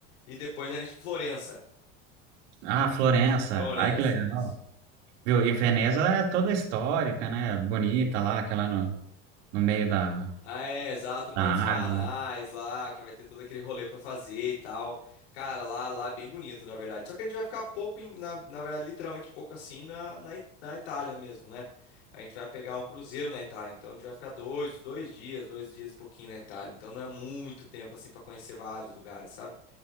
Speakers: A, on the left; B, on the right.
A: e depois a gente. Florença.
B: Ah, Florença.
A: Florença,
B: Ai, que legal.
A: é isso.
B: Viu? E Veneza é toda histórica, né? Bonita lá, aquela no, no meio da,
A: Ah, é, exato, no
B: da
A: meio dos
B: água.
A: canais lá, que vai ter todo aquele rolê pra fazer e tal. Cara, lá, lá é bem bonito, na verdade. Só que a gente vai ficar pouco, em- na, na verdade, literalmente pouco assim na, na, It- na Itália mesmo, né? A gente vai pegar um cruzeiro na Itália, então a gente vai ficar dois, dois dias, dois dias e pouquinho na Itália. Então não é muito tempo assim pra conhecer vários lugares, sabe?